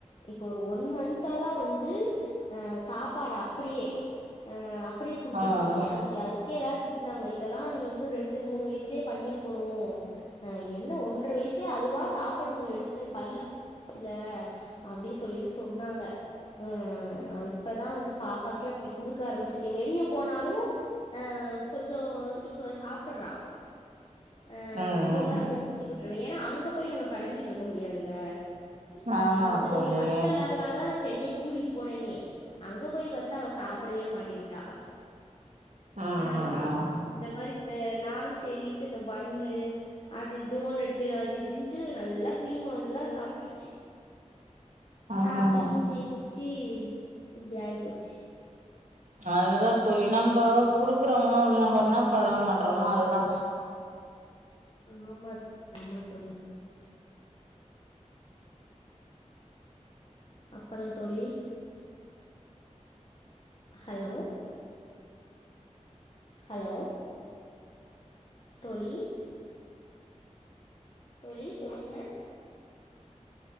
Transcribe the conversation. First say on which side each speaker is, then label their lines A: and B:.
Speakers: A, on the left; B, on the right.
A: இப்போ ஒரு ஒன் மந்தா தா வந் த் ஆ சாப்பாட அப்பிடியே அ அப்பிடியே குடுத்துட்டு
B: ம் ம்
A: இருக்கே அது அதுக்கே எல்லாரு திட் னாங்க இதெல்லா நீ வந்து ரெண்டு மூணு வயுசுலயே பண்ணிருக்கணு அ என்ன ஒன்றரை வயசுலயே அதுவா சாப்பிடணு எடுத்து பல்லுதா ச்சில்ல அப்பிடி சொல்லிட்டு சொன்னாங்க அ இப்பதா வந்து பாப்பாக்கே அப்பிடி குடுக்க ஆரம்பிச்சிருக்கே வெளிய போனாலு அ கொஞ் கொஞ்சோ இப்ப சாப்பறா ஆ
B: ம் ம்
A: அந்த சோர அப்பிடியே ஊட்டி விட்டுருவே ஏன்னா அங்க போய் நம்ம பனஞ்சிட்டு இருக்க முடியாது இல்ல
B: ம் ஆமாங்க
A: அந்த
B: தோழி
A: ஒரு கஷ்ட்ட
B: ம்
A: இல்லாதனாலதா சென்னை கூட்டிட்டு போனேனே அங்க போய் பாத்தா அவ சாப்பிடவே மாட்டேன்ட்டா
B: ம்
A: வேணாங்றா இந்த மாரி வே நானு சேரின்ட்டு இந்த பண்ணு அது டோனட்டு அது இதுன்ட்டு நல்லா கிரீமா நல்லா சாப்புட்டுச்சி
B: ம்
A: சாப்பிட்டு
B: ம்
A: ஜூசும் குடிச் சீ இப்பிடி ஆய்போச்சி
B: அதுதா சொல்லி நம்ப குடுக்குறவங்கு நம்ம என்னா பழகோ பண்றோமோ அதுதா
A: ஆமா ஆமா தோழி அப்புறோ தோழி ஹலோ ஹலோ தோழி தோழி சொல்லுங்க